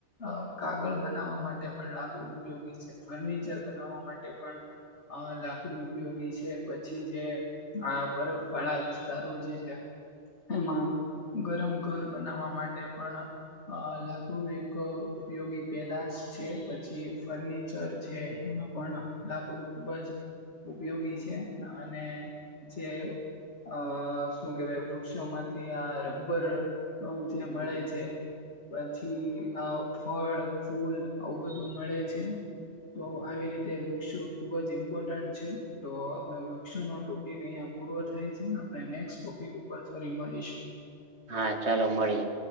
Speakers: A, on the left; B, on the right.
A: અ કાગળ બનાવવા માટે પણ લાકડું ઉપયોગી છે ફર્નિચર બનાવવા માટે પણ અ લાકડું ઉપયોગી છે પછી જે આ બરફ વાળા વિસ્તારો જે છે એમાં ગરમ ઘર બનાવવા માટે પણ અ લાકડું એક ઉપયોગી પેદાશ છે. પછી ફર્નિચર છે એમાં પણ લાકડું ખૂબ જ ઉપયોગી છે અને જે અ શું કેવાય વૃક્ષોમાંથી આ રબ્બર અ ત્યાં મળે છે. પછી આ ફળ ફૂલ આવું બધું મળે છે. તો આવી રીતે વૃક્ષો ખુબ જ ઇમ્પોર્ટન્ટ છે. તો આપડ વૃક્ષ નો ટોપિક અહિયાં પૂરો થાય છે આપણે નેક્ ટોપિક ઉપર ફરી મળીશું
B: હા ચાલો મળીએ